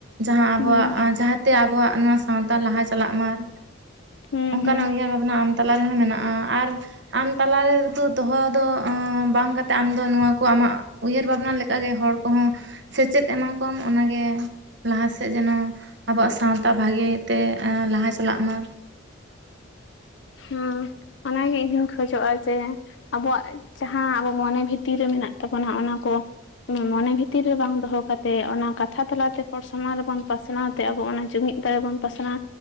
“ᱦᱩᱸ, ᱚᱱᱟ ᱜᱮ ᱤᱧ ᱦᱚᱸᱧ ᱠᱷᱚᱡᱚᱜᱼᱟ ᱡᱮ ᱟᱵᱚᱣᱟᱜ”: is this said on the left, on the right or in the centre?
Left